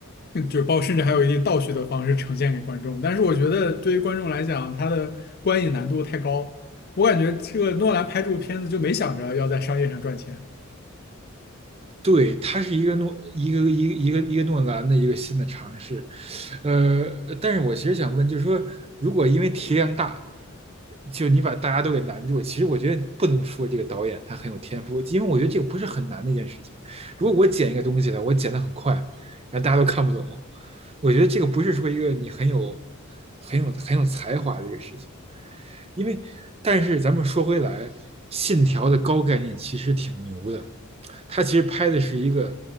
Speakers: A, on the left; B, on the right.
A: 嗯就是包甚至还有一定倒叙的方式呈现给观众。但是我觉得对于观众来讲，他的观影难度太高，我感觉这个诺兰拍这部片子就没想着要在商业上赚钱
B: 对，它是一个诺一个一个一个一个诺兰的一个新的尝试，呃，但是我其实想问，就是说，如果因为题量大，就你把大家都给难住，其实我觉得不能说这个导演他很有天赋，因为我觉得这个不是很难的一件事情。如果我剪一个东西呢，我剪的很快，然后大家都看不懂，我觉得这个不是说一个你很有很有很有才华的一个事情。因为，但是咱们说回来，信条的高概念其实挺牛的，它其实拍的是一个